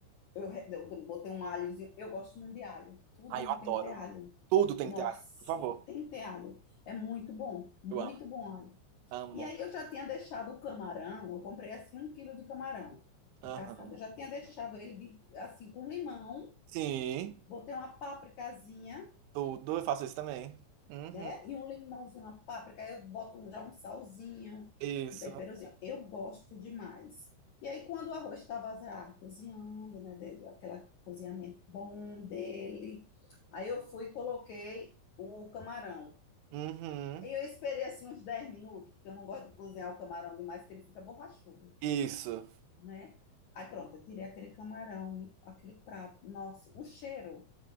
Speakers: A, on the left; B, on the right.
A: eu, re- eu botei um alhozinho, eu gosto muito de alho, tudo
B: Ai,
A: meu
B: eu adoro.
A: tem que ter alho.
B: Tudo tem
A: Nossa,
B: que ter alho, por favor.
A: tem que ter alho, é muito bom, muito
B: Eu amo.
A: bom alho.
B: Amo.
A: E aí eu já tinha deixado o camarão, eu comprei assim um quilo de camarão
B: Aham.
A: cascado, eu já tinha deixado ele de- assim com limão,
B: Sim.
A: botei uma pápricazinha,
B: Tudo. Eu faço isso também. Uhum.
A: né? E um limãozinho, uma páprica, aí eu boto um- já um salzinho,
B: Isso.
A: um temperozinho. Eu gosto demais. E aí, quando o arroz estava já cozinhando, né? de- de- Aquele cozinhamento bom dele, aí eu fui e coloquei o camarão.
B: Uhum.
A: E eu esperei assim uns 10 minutos, porque eu não gosto de cozinhar o camarão demais, que ele fica borrachudo,
B: Isso.
A: né? Aí pronto, eu tirei aquele camarão, aquele prato. Nossa, o cheiro,